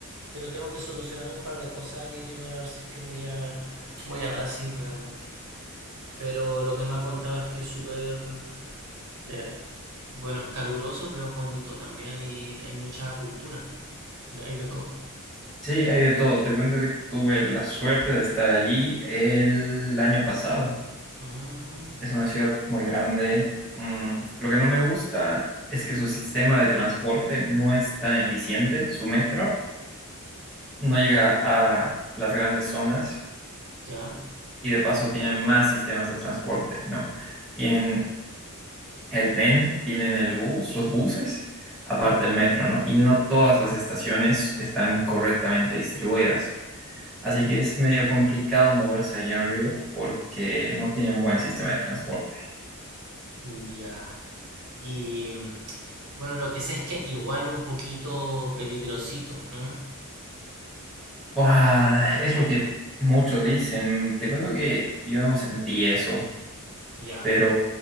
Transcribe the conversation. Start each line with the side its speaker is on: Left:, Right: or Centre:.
Right: pero tengo que solucionar un par de cosas aquí primero, a ver si es que voy a, voy a Brasil realmente. Pero lo que me ha contado es que es súper, eh, bueno, es caluroso, pero es bonito también y hay mucha cultura. De- Hay de todo.
Centre: Sí, hay de todo. Te cuento que tuve la suerte de estar allí el año pasado.
Right: Mm,
Centre: Es una ciudad muy grande. Mm, lo que no me gusta es que su sistema de transporte no es tan eficiente. Su metro no llega a las grandes zonas
Right: ya,
Centre: y de paso tienen más sistemas de transporte, ¿no? Tienen el tren, tienen el bus, los buses, aparte del metro, ¿no? Y no todas las estaciones están correctamente distribuidas. Así que es medio complicado moverse allá en Río porque no tiene un buen sistema de transporte.
Right: ya. Y mm, bueno, lo que sé es que igual es un poquito peligrosito, ¿no?
Centre: Buah, es lo que muchos dicen. Te cuento que yo no sentí eso,
Right: Ya.
Centre: pero,